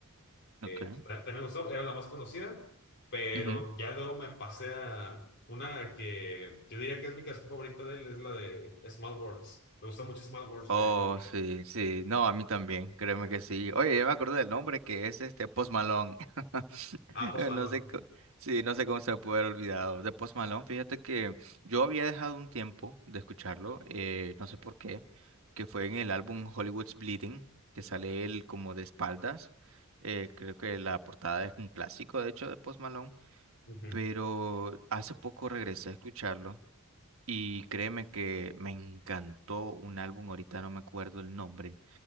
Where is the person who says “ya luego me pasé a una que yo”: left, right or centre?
Left